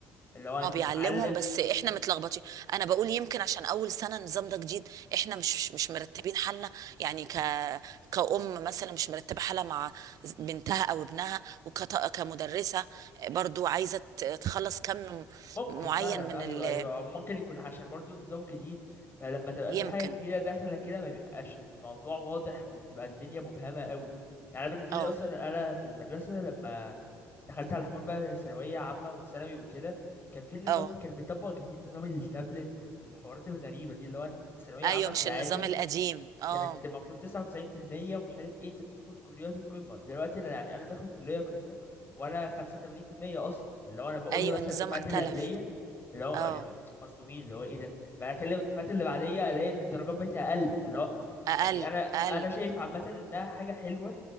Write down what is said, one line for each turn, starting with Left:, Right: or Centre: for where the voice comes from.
Left: اللي هو انت
Right: ما بيعلمهم
Left: تتعلم
Right: بس احنا متلخبطين انا بقول يمكن عشان اول سنه النظام ده جديد احنا مش مش مرتبين حالنا يعني ك كأم مثلا مش مرتبه حالها مع بنتها او ابنها وكت... كمدرسه برضو عايزه ت- تخلص كم
Left: ممكن
Right: معين
Left: فعلا
Right: من
Left: ايوه
Right: ال...
Left: ايوه أو ممكن يكون عشان برضو نظام جديد فلما تبقى
Right: يمكن
Left: في حاجه جديده داخله كده ما بيبقاش الموضوع واضح وبتبقى الدنيا مبهمه قوي يعني أنا بالنسبه
Right: اه
Left: لي اصلا انا في المدرسه لما دخلت على حوار بقى ثانويه عامه وثانوي وكده كان في النظام
Right: اه
Left: كان بيطبق جديد نظام التابلت والحوارات الغريبه دي اللي هو أنت ثانويه
Right: ايوه
Left: عامه في
Right: مش
Left: العادي
Right: النظام القديم اه
Left: كانت المفروض تسعة وتسعين في المية ومش عارف ايه انت بتدخل كليات القمة دلوقتي انا يعني انا داخل كلية قمة وانا خمسة وتمانين في المية اصلا فاللي هو انا بقول
Right: ايوه
Left: له مثلا
Right: النظام
Left: الدفعات
Right: اختلف
Left: اللي قبلية اللي هو آه
Right: اه
Left: يعني مصدومين اللي هو ايه ده بقى اكلم الدفعات اللي بعدية الاقي ان الدرجات بتاعي اقل فاللي هو
Right: اقل
Left: يعني انا انا
Right: اقل
Left: شايف عامة انها حاجة حلوة